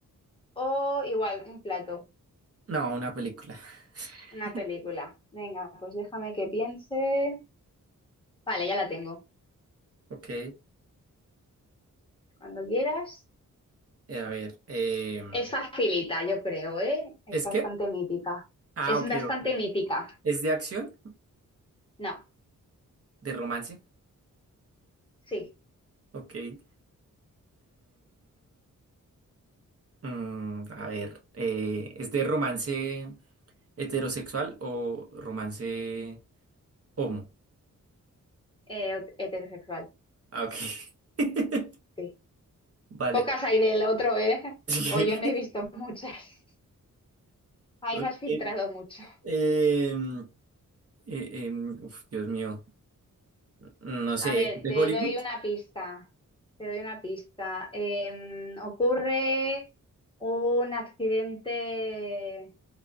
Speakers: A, on the left (about 15°); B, on the right (about 45°).
A: o igual, un plato,
B: No, una película. <laughs>
A: una película. Venga, pues déjame que piense. Vale, ya la tengo.
B: Ok.
A: Cuando quieras.
B: eh, a ver. em,
A: Es facilita, yo creo, ¿eh? Es
B: ¿es
A: bastante
B: que?
A: mítica.
B: Ah,
A: Es
B: ok,
A: bastante
B: ok.
A: mítica.
B: ¿Es de acción?
A: No,
B: ¿De romance?
A: sí.
B: Ok. Eh, mm, a ver. eh, ¿es de romance heterosexual o romance homo?
A: Eh, heterosexual,
B: Ah, ok. <laughs>
A: sí.
B: Vale.
A: Pocas hay del otro, ¿eh?
B: Sí,
A: O yo no he visto muchas. <laughs> Ahí
B: <laughs> ok.
A: no has filtrado mucho.
B: Em, eh, em, uf, Dios mío. No sé,
A: A ver,
B: ¿es de
A: te
B: Hollywood?
A: doy una pista. Te doy una pista. Em, ocurre un accidente